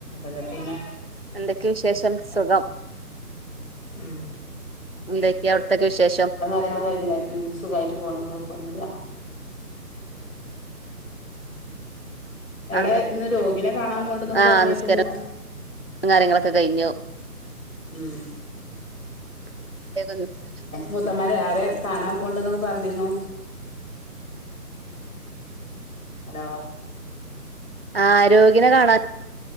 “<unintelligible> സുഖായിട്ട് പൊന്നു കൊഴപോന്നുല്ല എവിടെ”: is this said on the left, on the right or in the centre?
Left